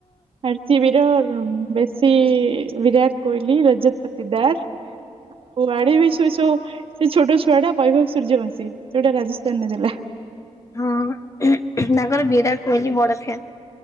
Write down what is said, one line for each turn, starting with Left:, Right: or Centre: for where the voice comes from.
Right: ଆର ସି ବି ର ବେଶୀ ବିରାଟ କୋହିଲି ରଜତ୍ ପତି ଦାସ ଆଉ ଆଡେ ବି ସେ ସବୁ ସେ ଛୋଟ ଛୁଆ ଟା ବୈଭବ ସୂର୍ଯ୍ୟବଂଶୀ ସେଇଟା ରାଜସ୍ଥାନରେ ଦେଲା।
Left: ହଁ ବା ତାଙ୍କର ବିରାଟ କୋହିଲି ବଡ ଫ୍ୟାନ୍